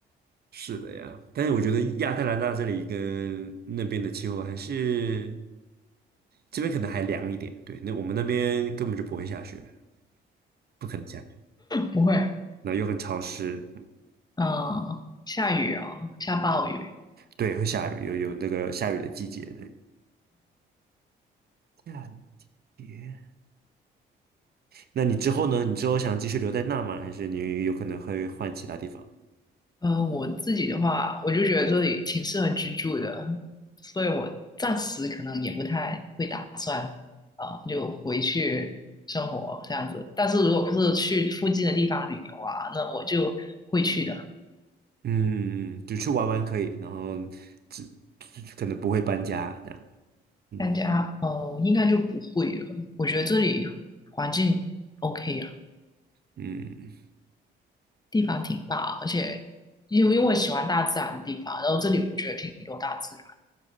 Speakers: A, on the right; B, on the left.
A: 是的呀，但是我觉得亚特兰大这里跟那边的气候还是这边可能还凉一点，对，那我们那边根本就不会下雪，不可能下雪，
B: 不会。
A: 那又很潮湿，嗯
B: 嗯，下雨哦，下暴雨。
A: 对，会下雨，有有那个下雨的季节的。下雨。那你之后呢？你之后想继续留在那吗？还是你有可能会换其他地方？
B: 呃，我自己的话，我就觉得这里挺适合居住的，所以我暂时可能也不太会打算，啊、就回去生活这样子。但是如果不是去附近的地方旅游啊，那我就会去的。
A: 嗯，嗯，就去玩玩可以，然后只只可能不会搬家这样。嗯
B: 搬家，哦，应该就不会了。我觉得这里环境 OK 啊，
A: 嗯，
B: 地方挺大，而且因为因为我喜欢大自然的地方，然后这里我觉得挺多大自然。